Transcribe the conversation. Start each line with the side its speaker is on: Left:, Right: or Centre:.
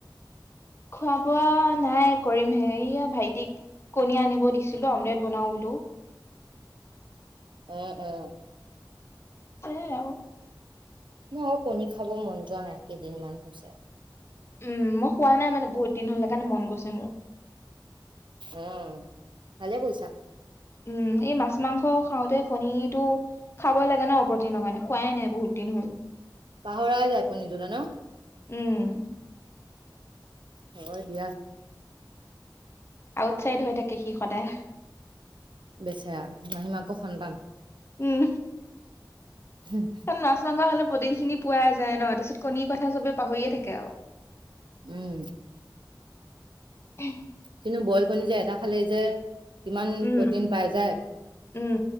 Left: খোৱা-বোৱা নাই কৰিমহে, এইয়া ভাইটিক কণী আনিব দিছিলো অমলেট বনাও বোলো।
Right: উম উম
Left: সেই আও
Right: মইও কণী খাব মন যোৱা নাই কেইদিনমান হৈছে।
Left: উম মই খোৱা নাই মানে বহুত দিন হ'লে সেই কাৰণে মন গৈছে মোৰ
Right: উম ভালে কৰিছা।
Left: উম এই মাছ-মাংস খাওতে, কণীটো খাব লাগে ন প্ৰটিনৰ কাৰণে খোৱাই নাই বহুত দিন হল।
Right: পাহৰাই যায় কণীতোলে ন।
Left: উম
Right: হয় দিয়া
Left: আউটচাইড হৈ থাকে সি সদায়।
Right: বেচেৰা মাহীমাকৰ সন্তান।
Left: উম
Right: হুম
Left: তাত মাছ মাংস হলে প্ৰটিনখিনি পোৱা যায় ন তাৰপিছত কণীৰ কথা চবে পাহৰিয়ে থাকে আও
Right: উম,
Left: উ
Right: কিন্তু বইল কণী যে এটা খালেই যে কিমান
Left: উম
Right: প্ৰটিন পাই যায়।
Left: উম